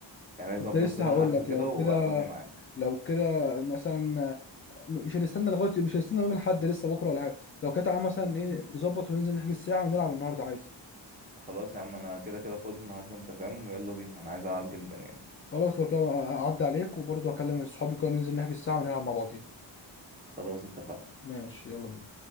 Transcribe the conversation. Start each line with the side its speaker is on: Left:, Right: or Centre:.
Right: يعني يظبط
Left: كنت لسه
Right: لنا
Left: هقول
Right: حجز
Left: لك
Right: كده
Left: لو
Right: واخدني
Left: كده
Right: معاك
Left: لو كده مثلا مش هنستنى لغايه مش هنستنى يوم الاحد لسه بكره ولا حاجه لو كده تعالى مثلا ايه نظبط وننزل نحجز ساعه ونلعب النهارده عادي
Right: خلاص يا عم انا كده كده فاضي النهارده انت فاهم ويلا بينا انا عايز العب جدا يعني
Left: خلاص لو كده اعدي عليك وبرضه هكلم صحابي كانوا ننزل نحجز الساعة ونلعب مع بعضين
Right: خلاص اتفقنا
Left: ماشي يلا بينا